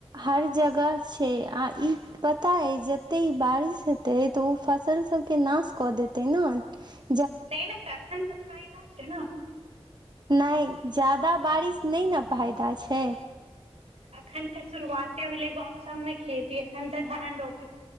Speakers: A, on the right (about 40°); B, on the right (about 75°).
A: हर जगह छै आ ई पता अछि जते ई बारिश हेतै तऽ उ फसल सभके नाश कऽ देतै न
B: नहि नहि तऽ एखन तऽ फायदा छै न
A: नहि जदा बारिश नहि न फायदा छै
B: अखन तऽ शुरुआते भेले गांव सब में खेती एखन तऽ धान रोप